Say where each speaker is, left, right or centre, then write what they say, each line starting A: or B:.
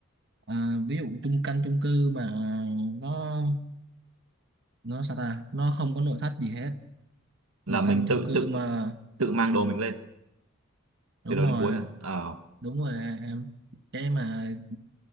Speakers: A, on the right; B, on the right.
A: à, ví dụ chung căn chung cư mà nó nó sao ta nó không có nội thất gì hết một
B: là mình
A: căn chung
B: tự
A: cư
B: tự
A: mà
B: tự mang đồ mình lên
A: đúng
B: từ đầu
A: rồi
B: đến cuối à? Ờ,
A: đúng rồi em cái mà